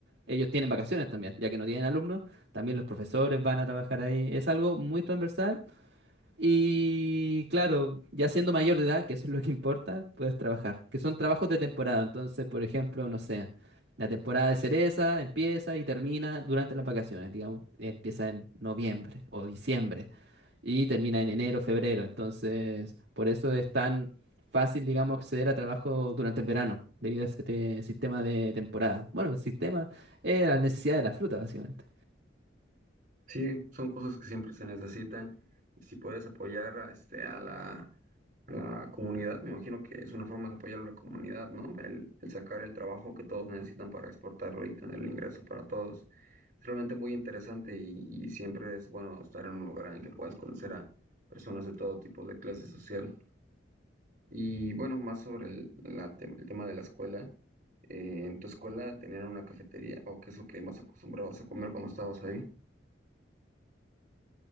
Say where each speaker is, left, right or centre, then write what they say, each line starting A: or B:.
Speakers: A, on the right (about 65°); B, on the right (about 45°).
A: ellos tienen vacaciones también, ya que no tienen alumnos. También los profesores van a trabajar ahí. Es algo muy transversal. Y claro, ya siendo mayor de edad, que eso es lo que importa, puedes trabajar. Que son trabajos de temporada. Entonces, por ejemplo, no sé, la temporada de cereza empieza y termina durante las vacaciones. Digamos, empieza en noviembre o diciembre y termina en enero, febrero. Entonces, por eso es tan fácil, digamos, acceder a trabajo durante el verano, debido a este sistema de temporada. Bueno, el sistema es la necesidad de la fruta, básicamente.
B: Sí, son cosas que siempre se necesitan. Y si puedes apoyar a, este, a la, a la comunidad, me imagino que es una forma de apoyar a la comunidad, ¿no? El, el sacar el trabajo que todos necesitan para exportarlo y tener el ingreso para todos. Es realmente muy interesante y, y siempre es bueno estar en un lugar en el que puedas conocer a personas de todo tipo de clase social. Y bueno, más sobre el, la tem- el tema de la escuela. Eh, ¿en tu escuela tenían una cafetería o qué es lo que más acostumbrabas a comer cuando estabas ahí?